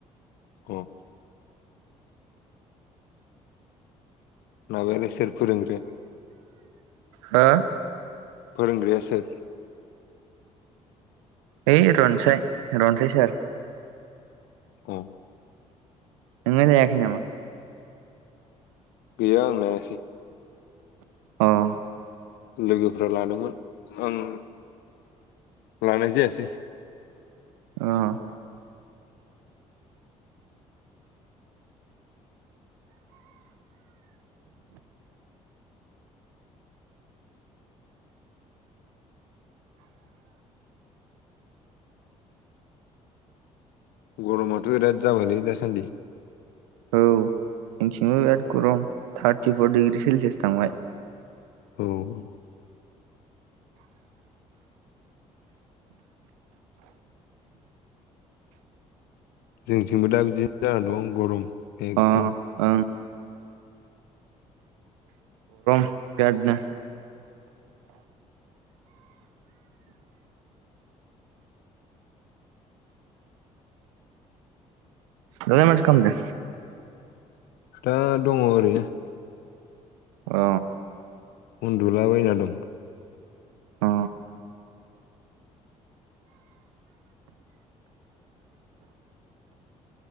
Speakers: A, on the left; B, on the right.
A: औ माबायालाय सोर फोंरोंग्राया?
B: हो?
A: फोरोंग्राया सोर?
B: है रनसाय रनसाय सार
A: औ
B: नोंलाय नायाखैनामा?
A: गैया आं नायाखै
B: अह
A: लोगोफ्रा लादोंमोन आं लानाय जायासै
B: अह
A: गरमाथ' बिराद जाबायालै दासान्दि?
B: औ जोंथिंबो बिराद गरम थार्टिफर डिग्रि सेलसियास थांबाय
A: औ जोंथिंबो दा बिदिनो जानानानै दं गरम एकदम
B: अ ओं बेरादनो दालाय माथो खामदों?
A: दा दङ ओरैनो
B: अ
A: उन्दुलाबायना दं।
B: अ